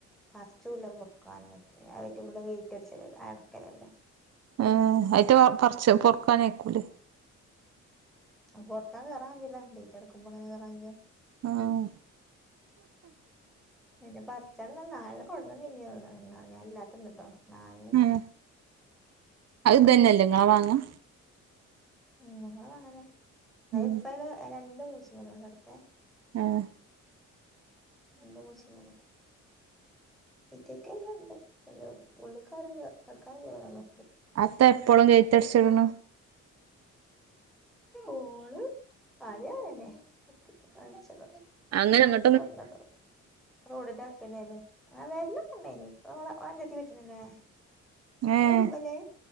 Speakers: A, in the centre; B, on the right (about 60°).
A: പർച്ചൂല്ല പൊർക്കാനും പറ്റൂല്ല. <unintelligible> വെയിറ്റ് അട്ച്ച അട്ക്കലല്ലേ
B: ഏഹ് അയിറ്റ പർച്ച് പൊർക്കാനായ്ക്കൂലേ
A: പൊർക്കാൻ കേറാൻ കയ്യൂല ഗെയ്റ്റ് അടക്കുമ്പോ എങ്ങനെ കേറാ കയ്യ
B: ആഹ്
A: അയിന്റെ ഭർ അച്ചാറ് ടാൻ നാലെണ്ണം കൊട്ന്നന്നീന് അർഞ്ഞു ഇന്നാള് ഞാ ഇല്ലാത്തന്ന്ട്ടോ നാൽണ്ണറ്റെ
B: ഏഹ് അത് ഇതന്നെല്ലേ ഇങ്ങളാ മാങ്ങ
A: ഉം ഞങ്ങളെ മാങ്ങനെ അത്
B: ഉം
A: ഇപ്പയ്ല് രണ്ട് മൂച്ചി മ്മല്ണ്ടവ്ട്ത്തെ
B: ഏഹ്
A: രണ്ട് മൂച്ചിമ്മലും ഈറ്റക്കെല്ലുണ്ട് പിന്നെ ഉള്ള്ക്കാരും കടക്കാ കയ്യൂലന്നൊള്ളു
B: അതെത്ത എപ്പളും ഗെയ്റ്റ് അടച്ചിട്ണ്
A: ഓള് ആദ്യേ അങ്ങനെന്നെ അടച്ചിടും
B: അങ്ങനെങ്ങ
A: തോർന്ന്ടും റോഡിന്റെ വക്ക്നല്ലേ ആഹ് വരല്ലോക്കണ്ടയ്നി ഓളെ ഓളഞ്ചത്തി പെറ്റ്ണ്ലെ ഇങ്ങളെ
B: ഏഹ്
A: കുടുബല്ലത്